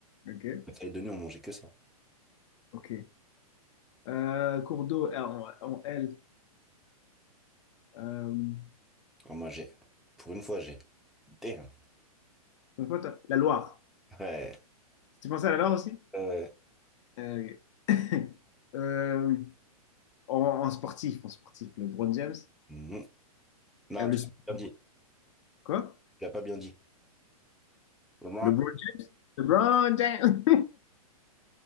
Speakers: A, on the left; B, in the centre.
A: Ok,
B: À Calédonie, on mangeait que ça.
A: ok. Euh, cours d'eau euh, en, en L. Euh,
B: On mangeait. Pour une fois, j'ai. Damn.
A: une fois, t'as- la Loire.
B: Ouais,
A: Tu pensais à la Loire aussi?
B: ouais.
A: Euh, ok. <laughs> Euh, en, en sportif, en sportif, le LeBron James.
B: Mhm. Non,
A: Euh, le
B: tu
A: sport.
B: l'as pas bien dit.
A: Quoi?
B: Tu l'as pas bien dit. Je
A: LeBron James, LeBron James. <laughs>